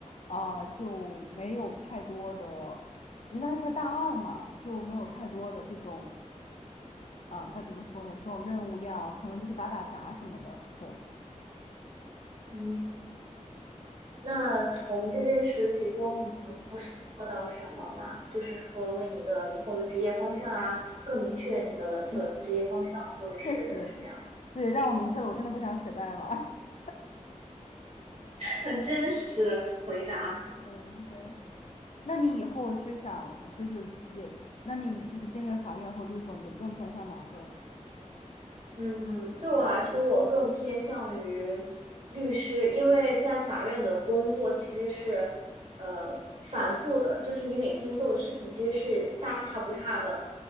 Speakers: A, on the left; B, on the right.
A: 啊、就没有太多的，因为当时才大二嘛，就没有太多的这种。啊，该怎么说呢？这种任务量可能就是打打杂什么的。对，
B: 嗯，那从这些实习中，你能做到什么嘛？就是说，为你的以后的职业方向啊，更明确你的这个职业方向，
A: 嗯，
B: 或者是什么样？
A: 确实，对，让我明确了，我真的不想写代码。<laughs>
B: 很真实的回答。
A: 嗯，对。那你以后是想就是也，那你就是进了法院和律所，你觉得更偏向哪个呢？
B: 嗯，对我来说，我更偏向于律师，因为在法院的工作其实是，呃，反复的，就是你每天做的事情其实是大差不差的。